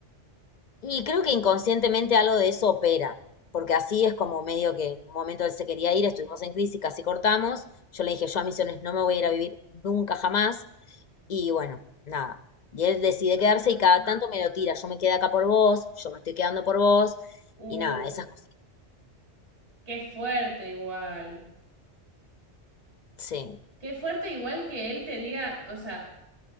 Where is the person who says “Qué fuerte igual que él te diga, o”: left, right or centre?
Right